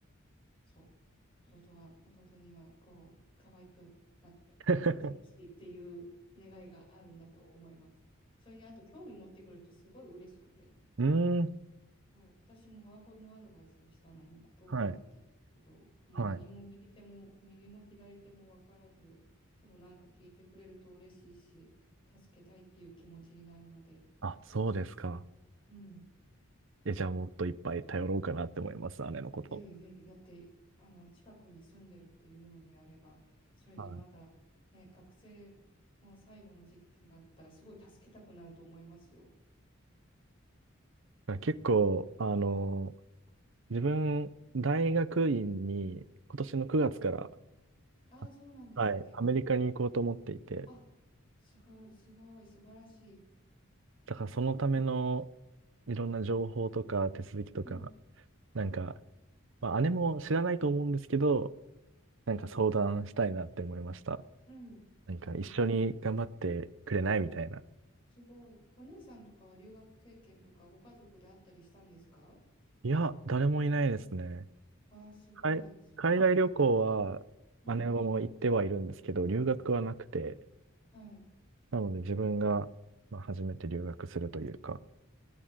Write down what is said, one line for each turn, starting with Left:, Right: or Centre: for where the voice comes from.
Left: そう、弟は、弟にはこう、可愛くなっていてほしいっていう願いがあるんだと思います。
Right: ー
Left: それにあと興味持ってくれるとすごい嬉しくて、
Right: <laughs> うーん。
Left: そう、私もワーホリのアドバイスをしたのも弟だったんですけど、
Right: はい。
Left: もう何も右手も、
Right: はい。
Left: 右も左手も分からず、でもなんか聞いてくれると嬉しいし、助けたいっていう気持ちになるので、
Right: あ、そうですか。
Left: うん、
Right: え、じゃあもっといっぱい頼ろうかなって思います、姉のこと。
Left: ぜひぜひ、だって、あの、近くに住んでるっていうのであれば、それにまだ、
Right: は
Left: ね、学生の最後の時期ってなったら、すごい助けたくなると思いますよ。
Right: い。結構、あの、自分、大学院に今年の9月から、
Left: ああ、
Right: あはい、
Left: そうなんですね。
Right: アメリカに行こうと思っていて、
Left: あ、すごい、すごい、素晴らしい。
Right: だからそのための、いろんな情報とか手続きとか、
Left: うん、
Right: なんか、まあ、姉も知らないと思うんですけど、なんか相談したいなって思いました。
Left: うん。
Right: なんか一緒に頑張ってくれないみたいな。
Left: すごい。お姉さんとかは留学経験とかご家族であったりしたんですか
Right: いや、誰もいないですね。
Left: わあ、すごい。
Right: 海、
Left: すごい決断。
Right: 海外旅行は
Left: うん。
Right: 姉はもう行ってはいるんですけど、留学はなくて、
Left: はい。
Right: なので自分が、まあ、初めて留学するというか。